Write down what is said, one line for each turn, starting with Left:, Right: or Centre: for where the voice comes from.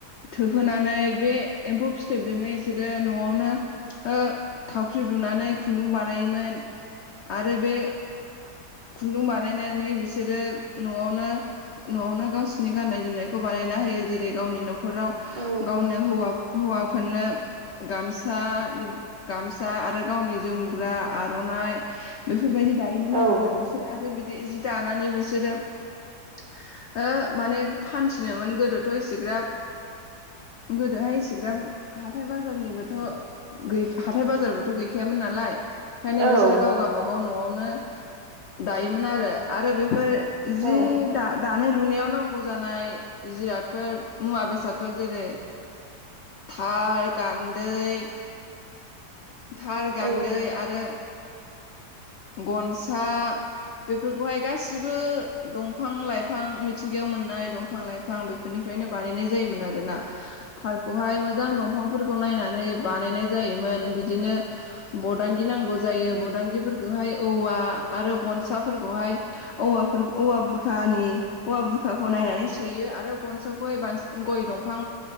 Left: थोबहोना- -नै बे एम्फौ फिथोबजोंनो बिसोरो न'आवनो ओ‌ थावख्रि लुनानै खुन- -दुं बानायोमोन आरो बे खुन्दुं बानायनानै बिसोरो न'आवनो न'आवनो गावसिनि गाननाय जोमनायखौ बानाय- -ना होयो जेरै गावनि न'खराव
Right: औ
Left: गावनो हौवाफोरनो गामसा गामसा आरो गावनि जोमग्रा आर'नाइ बे फोरबायदि दायोमोन आरोना
Right: औ
Left: बिसोर आरो बिदि जि दानानै बिसोरो ओ माने फानसिनोमोन गोदोथ' एसेग्राब गोदोहाय इसेग्राब हाथाय बाजारनिबोथ' हाथाय बाजारबोथ' गैखायामोन नालाय ओंखायनो
Right: औ
Left: बिसोरो गाव गाबागाव न'आवनो दायोमोन आरो आरो बेफोर जि
Right: औ
Left: दा दानाय लुनायावनो नांगौ जानाय जिरादफोर मुवा बेसादफोर जेरै थार गान्दै थार गान्दै
Right: औ
Left: आरो गनसा बेफोरखौहाय गासिबो दंफां लाइफां मिथिंगायाव मोननाय दंफां लाइ फां बेफोरनिफ्रायनो बानायनाय जायोमोन आरोना थारखौहाय मोजां दंफांफोरखौ नायनानै बानायनाय जायोमोन बिदिनो बदांगि नांगौ जायो बदांगिफोरखौहाय औवा आरो गन साफोरखौहाय औफोर औवानि औवा बुरखाखौ नायनानै सोयो आरो साखौहाय बांसिन गय दंफां